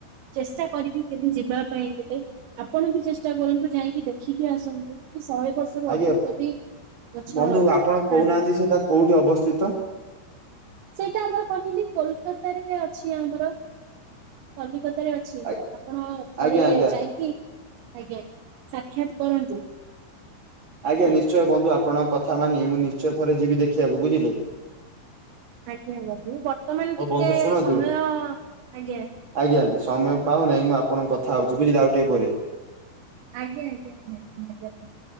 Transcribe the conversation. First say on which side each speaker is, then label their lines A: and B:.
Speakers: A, on the right; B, on the right.
A: ଚେଷ୍ଟା କରିବି କେବେ ଯିବା ପାଇଁ ଗୋଟେ। ଆପଣ ବି ଚେଷ୍ଟା କରନ୍ତୁ ଯାଇକି ଦେଖିକି ଆସନ୍ତୁ। ଶହେ ବର୍ଷରୁ
B: ଆଜ୍ଞା
A: ଅଧିକ
B: ବୋ
A: ବି ଗଛ
B: ବନ୍ଧୁ ଆପଣ କହୁନାହାନ୍ତି
A: ଥାନ୍ତି
B: ସେଟା କୋଉଠି ଅବସ୍ଥିତ।
A: ସେଇଟା ଆମର କହିଲି କୋଲ୍ କତାରେ ଅଛି ଆମର। କଲିକତାରେ ଅଛି
B: ଆ
A: ଆପଣ ଥରେ
B: ଆଜ୍ଞା ଆଜ୍ଞା
A: ଯାଇଁକି ଆଜ୍ଞା। ସାକ୍ଷାତ୍ କରନ୍ତୁ।
B: ଆଜ୍ଞା
A: ବୁଝିଲେ
B: ନିଶ୍ଚୟ ବନ୍ଧୁ ଆପଣଙ୍କ କଥା ମାନି ମୁଁ ନିଶ୍ଚୟ ଥରେ ଯିବି ଦେଖିବାକୁ ବୁଝିଲେ?
A: ଆଜ୍ଞା ବଂଧୁ ବର୍ତ୍ତମାନ
B: ହଉ
A: ଟିକେ
B: ବନ୍ଧୁ ଶୁଣନ୍ତୁ
A: ସମୟ ଆଜ୍ଞା।
B: ଆଜ୍ଞା ଆଜ୍ଞା ସମୟ ପାଉ ନାହିଁ ମୁଁ ଆଣଙ୍କ କଥା ହଉଛି ବୁଝିଲେ ଆଉ ଟିକେ ପରେ
A: ଆଜ୍ଞା ଆଜ୍ଞା ନିହାତି ନିହାତି